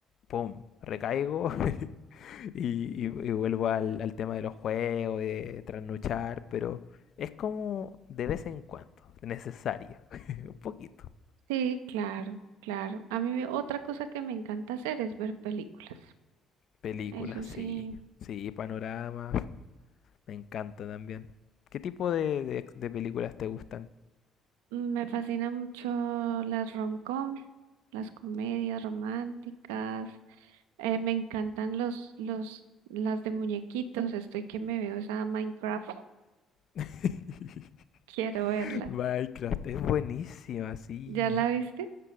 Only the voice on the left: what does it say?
¡pum! Recaigo <laughs> Y, y- y vuelvo al, al tema de los juegos, y de trasnochar, pero es como de vez en cuando, necesario, <laughs> un poquito.
Películas,
sí, sí, panoramas, me encanta también. ¿Qué tipo de, de- de películas te gustan?
<laughs>
Minecraft, es buenísima, sí.